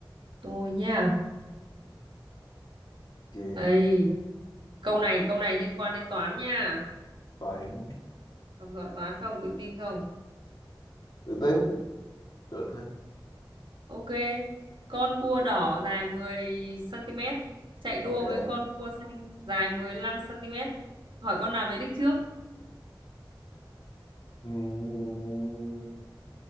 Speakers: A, on the right; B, on the left.
A: tôi nha
B: ok
A: đây câu này câu này liên quan đến toán nha
B: toán
A: học giỏi toán không tự tin không
B: tự tin được hết
A: Ok, con cua đỏ dài 10 cm chạy đua
B: ok
A: với con cua xanh dài 15 cm. Hỏi con nào về đích trước?
B: Ừm,